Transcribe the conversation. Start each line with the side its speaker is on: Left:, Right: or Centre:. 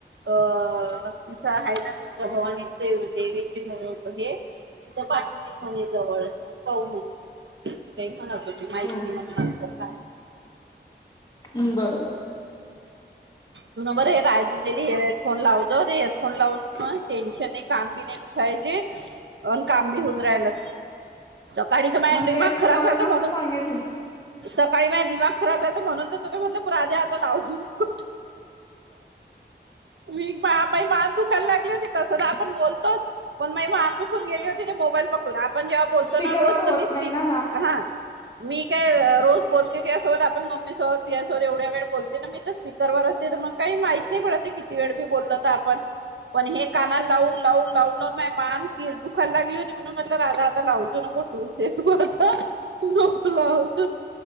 Right: अ तिथं आहे ना तुझ भवानीचे देवीचे हे तिथं पाठून म्हणे जवळचग हो ह नक माहितींत
Left: हम्म
Right: काय काय
Left: हम्म बरोबर
Right: तुून बरं हे रायजून हेरफोन लावतो ते हेअरफोन लावून म टेन्शन नाही काम बी नाही दुखायचे अन काम बी होऊन राहिलं सकाळी तर माझ
Left: मग
Right: दिमाग
Left: तेच
Right: खराब
Left: ना म्हणूनच
Right: झालत म्हणून
Left: तर सांगितलं
Right: सकाळी माझ दिमाग खराब झाल तर म्हणून तर तो म्हणलंराधे आता लावूच नको मीई मान दुखायला लागली होती तस आपण बोलतो पण मा माहान दुखून गेली होती मोबाईल पकडून आपण जेव्हा बोलतो
Left: स्पीकरवर
Right: ना रोज तर
Left: होत
Right: मी स्पीक
Left: नाही ना
Right: हा. मी काय रोज बोलते त्यासोबत आपण मम्मी सोबत तिसोबत एवढ्या वेळ बोलते ना मी तर. दरवरस काही माहित नाही पडत किती वेळी बोललो आपण पण हे का लावून लावून लावून लावून माय मान ती दुखाला लागली होती म्हणून म्हटलं राजा आता लावजो नको टून देतों चि लाच